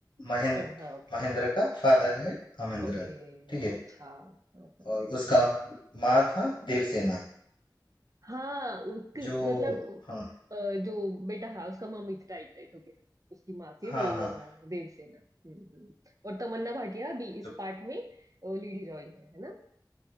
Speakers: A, on the left; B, on the right.
A: महेंद्र
B: ओ हाँ ओके
A: महेंद्र का फादर है अमरेंद्र
B: ओके
A: ठीक है
B: अच्छा हाँ, हाँ।
A: और उसका माँ था देवसेना
B: हाँ उक,
A: जो
B: मतलब
A: हाँ
B: अ, जो बेटा है उसका मम्मी थी राइट राइट ओके हाँ उसकी माँ थी
A: हाँ
B: वो
A: हाँ
B: अ, देवसेना हम्म हम्म। और तमन्ना भाटिया भी इस
A: जो
B: पार्ट में लीड हीरोइन है है ना